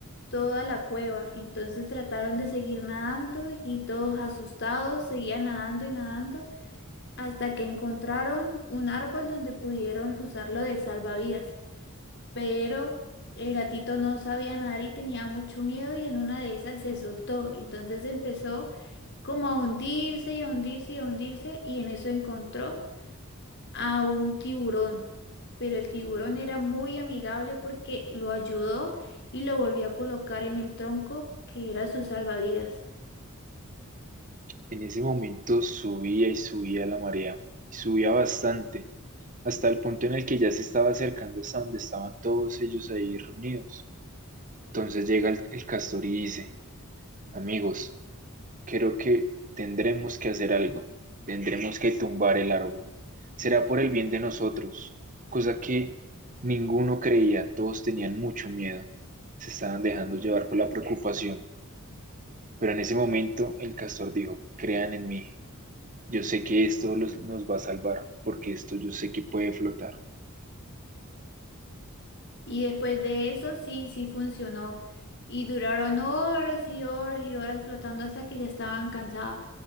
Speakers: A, on the left; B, on the right.
A: toda la cueva. Entonces trataron de seguir nadando y todos asustados seguían nadando y nadando hasta que encontraron un árbol donde pudieron usarlo de salvavidas. Pero el gatito no sabía nadar y tenía mucho miedo y en una de esas se soltó. Entonces empezó como a hundirse y a hundirse y a hundirse y en eso encontró a un tiburón, pero el tiburón era muy amigable porque lo ayudó y lo volvió a colocar en el tronco que era su salvavidas.
B: En ese momento subía y subía la marea, y subía bastante, hasta el punto en el que ya se estaba acercando hasta donde estaban todos ellos ahí reunidos. Entonces llega el, el castor y dice, amigos, Creo que tendremos que hacer algo. Tendremos que tumbar el árbol. Será por el bien de nosotros, cosa que ninguno creía. Todos tenían mucho miedo. Se estaban dejando llevar por la preocupación. Pero en ese momento el castor dijo, crean en mí. Yo sé que esto los- nos va a salvar, porque esto yo sé que puede flotar.
A: Y después de eso sí, sí funcionó. Y duraron horas y horas y horas flotando hasta que ya estaban cansadas.